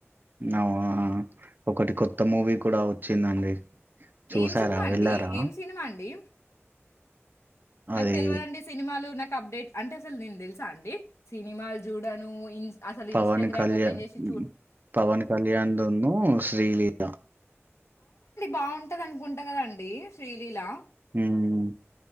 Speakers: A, on the right; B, on the left.
A: అవ్అ ఒకటి కొత్త మూవీ కూడా వచ్చిందండి చూసారా
B: ఏం సినిమా అండి
A: వెళ్ళారా
B: ఏం సినిమా అండి నక్
A: అది
B: తెల్వదండి సినిమాలు నక్ అప్డేట్ అంటే అసలు నేను తెలుసా అండి సినిమాలు చూడను ఇ అసలు
A: పవన్
B: ఇన్‌స్టాగ్రామ్
A: కళ్యాణ్
B: ఓపెన్ జేసి
A: పవన్ కళ్యాణ దును శ్రీలి డ
B: బాగుంటది అనుకుంటా కదాండి శ్రీలీలా
A: మ్